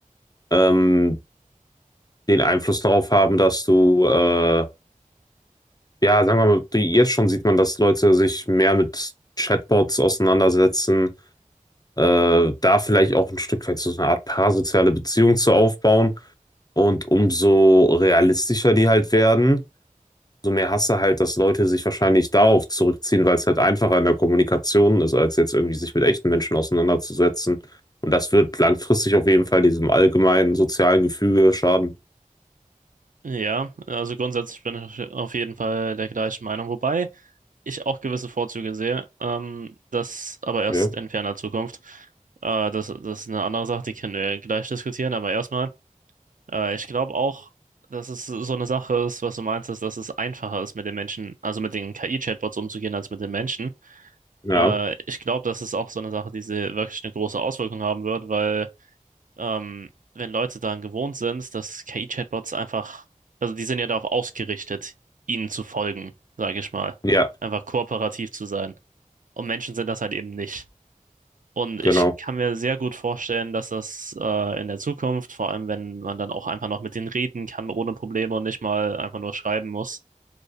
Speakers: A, on the left (about 30°); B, on the right (about 70°).
A: ähm, den Einfluss darauf haben, dass du, äh, ja, sagen wir mal, die- jetzt schon sieht man, dass Leute sich mehr mit Chatbots auseinandersetzen, äh, da vielleicht auch ein Stück weit so eine Art parasoziale Beziehung zu aufbauen und umso realistischer die halt werden. Umso mehr hast du halt, dass Leute sich wahrscheinlich darauf zurückziehen, weil es halt einfacher in der Kommunikation ist, als jetzt irgendwie sich mit echten Menschen auseinanderzusetzen. Und das wird langfristig auf jeden Fall diesem allgemeinen sozialen Gefüge schaden.
B: Ja, also grundsätzlich bin ich auf jeden Fall der gleichen Meinung, wobei ich auch gewisse Vorzüge sehe, ähm, das aber erst
A: Ja.
B: in ferner Zukunft. Äh, das, das ist eine andere Sache, die können wir gleich diskutieren, aber erstmal, äh, ich glaube auch, dass es so eine Sache ist, was du meinst, ist, dass es einfacher ist, mit den Menschen, also mit den KI-Chatbots umzugehen, als mit den Menschen.
A: Ja,
B: Äh, ich glaube, das ist auch so eine Sache, die sie wirklich eine große Auswirkung haben wird, weil ähm, wenn Leute daran gewohnt sind, dass KI-Chatbots einfach, also die sind ja darauf ausgerichtet, ihnen zu folgen, sage ich mal,
A: ja,
B: einfach kooperativ zu sein. Und Menschen sind das halt eben nicht. Und
A: genau.
B: ich kann mir sehr gut vorstellen, dass das äh, in der Zukunft, vor allem wenn man dann auch einfach noch mit denen reden kann ohne Probleme und nicht mal einfach nur schreiben muss,